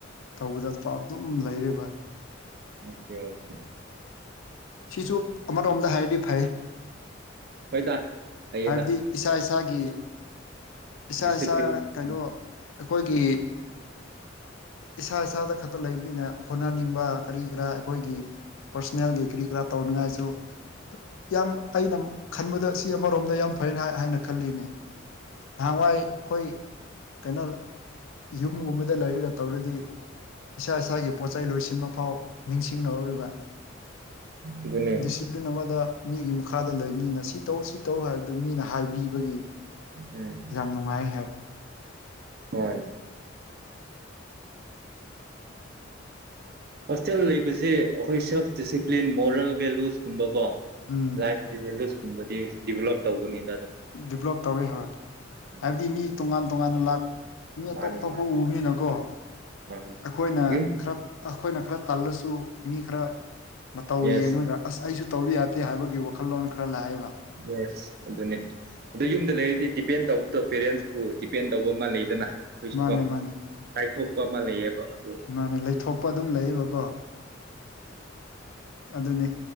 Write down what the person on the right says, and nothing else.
ꯑꯣꯈꯦ ꯑꯣꯈꯦ
ꯍꯣꯏꯗ ꯐꯩꯌꯦꯗ
ꯗꯤꯁꯤꯄ꯭ꯂꯤꯟ
ꯎꯝ
ꯑꯗꯨꯅꯦ
ꯎꯝ
ꯍꯣꯏ ꯍꯣꯁꯇꯦꯜ ꯂꯩꯕꯁꯤ ꯑꯩꯈꯣꯏ ꯁꯦꯜꯐ ꯗꯤꯁꯤꯄ꯭ꯂꯤꯟ ꯃꯣꯔꯦꯜ ꯚꯦꯂꯨꯁ ꯀꯨꯝꯕꯀꯣ
ꯂꯥꯏꯐꯀꯤ ꯚꯦꯂꯨꯁꯀꯨꯝꯕꯗꯤ ꯗꯤꯚꯦꯂꯞ ꯇꯧꯕꯅꯤꯗ ꯑꯗꯨꯝ
ꯎꯝ
ꯃꯥꯅꯤ
ꯃꯥꯅꯤ
ꯃꯥꯅꯤ
ꯌꯨꯝ
ꯌꯦꯁ
ꯌꯦꯁ ꯑꯗꯨꯅꯦ ꯑꯗꯨ ꯌꯨꯝꯗ ꯂꯩꯔꯗꯤ ꯗꯤꯄꯦꯟ ꯇꯧꯕꯗꯣ ꯄꯦꯔꯦꯟꯁꯄꯨ ꯗꯤꯄꯦꯟ ꯇꯧꯕ ꯑꯃ ꯂꯩꯗꯅ ꯑꯩꯈꯣꯏꯁꯨ
ꯀꯣ
ꯂꯥꯏꯊꯣꯛꯄ ꯑꯃ ꯂꯩꯌꯦꯕ ꯑꯗꯣ